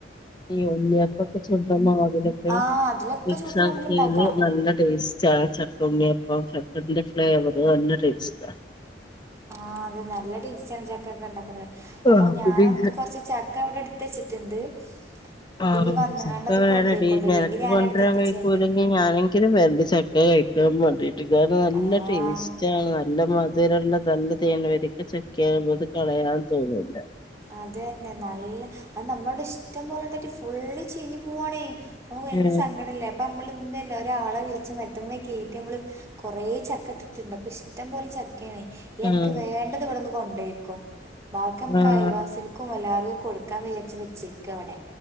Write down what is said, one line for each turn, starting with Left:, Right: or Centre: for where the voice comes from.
Left: ഈഉണ്ണിയൊ പ്പക്കെ ചുട്ടമാവില് അതിലൊക്കെ
Right: ആഹ് അതിലൊക്കെ
Left: മിക്സാക്കിയാല്
Right: ചൂട്ട് നമുക്ക് ഉണ്ടാക്കാം
Left: നല്ലടേസ്റ്റ് ആഹ്ച ഉണ്ണിയപ്പം ചക്കന്റെഫ്ലെവറ് നല്ല ടെസ്റ്റാ
Right: ആഹ് അത് നല്ലടെസ്റ്റാണ് ചക്കക്കെണ്ടാക്ക്ണ് അപ്പൊഞാനൻക്ക്
Left: ആഹ് പിന്നെ ഈ
Right: കൊറ്ച്ച്ചക്കഅവ്ടെട് ത്തെച്ച്ട്ട്ണ്ട്
Left: പാവം
Right: അപ്പൊ ഈ വന്നുകാണ്ട്
Left: ശ്രദ്ധ വേറെ എടി നിനക്ക്
Right: ഇല്ലെങ്കി ഞാൻ
Left: കൊണ്ട്
Right: അവിടക്ക്
Left: വേരാൻ
Right: എത്തിച്ചരണ്ട്
Left: കഴിയൂല്ലെങ്കിൽ ഞാനെങ്കിലും വര <unintelligible> ണ്ട് ചട്ട് ക്കകഴിക്കാൻ മഡി <unintelligible> റ്റ് കാരണം നല്ല
Right: ആഹ്
Left: ടേസ്റ്റാ നല്ല മധുരവുള്ള നല്ല തേൻവരിക്ക ചക്കയാവുമ്പോ അത് കളയാൻ തോന്നുല്ല
Right: അത് തന്നെ നല്ല അത് നമ്മടെ അവിടെ ഇഷ്ടം പോലെ ഇണ്ടായ്ട്ട് ഫുള്ള് ചീഞ്ഞ് പോവാണേ അപ്പൊ ഭയങ്കര
Left: ഏഹ്
Right: സങ്കടല്ലേ അപ്പൊ നമ്മള് ഇന്ന് ഒരാളെ വിളിച്ച് മരത്തുമ്മെ കേറ്റി നമ്മള് കൊറേ ചക്ക തിന്നപ്പോ അപ്പൊ ഇഷ്ട്ടം പൊലെ ചക്കയാണേ എനക്ക്
Left: ആഹ്
Right: വേണ്ടത് ഇവ്ട്ന്ന് കൊണ്ടേയ്ക്കോ ബാക്കി നമ്മക്ക്‌
Left: ആഹ്
Right: അയൽവാസി ക്കും എല്ലാർക്ക് കൊടുക്കാൻ വിചാച്ച് വച്ചേക്കുവാ അവിടെ